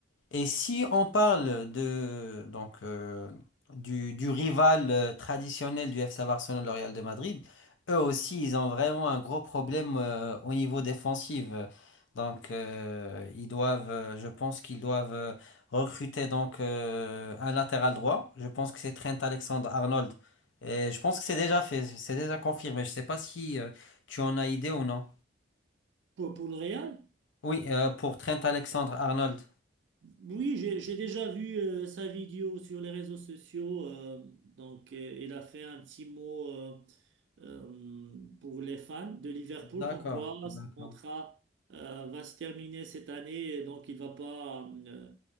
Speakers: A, on the left; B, on the right.
A: Et si on parle de donc euh, du, du rival euh, traditionnel du FC Barcelone, le Real de Madrid, eux aussi ils ont vraiment un gros problème euh, au niveau défensif. Donc euh, ils doivent, euh, je pense qu'ils doivent euh, recruter donc euh, un latéral droit. Je pense que c'est Trent Alexander-Arnold. Et je pense que c'est déjà fait, c'est déjà confirmé. Je sais pas si euh, tu en as idée ou non.
B: pour, pour le Real.
A: Oui, euh, pour Trent Alexander-Arnold.
B: Oui, j'ai j'ai déjà vu euh, sa vidéo sur les réseaux sociaux. euh, donc, euh, il a fait un petit mot euh, euh, pour les fans de Liverpool,
A: D'accord,
B: comme quoi
A: d'accord.
B: son contrat euh, va se terminer cette année, et donc il va pas. euh,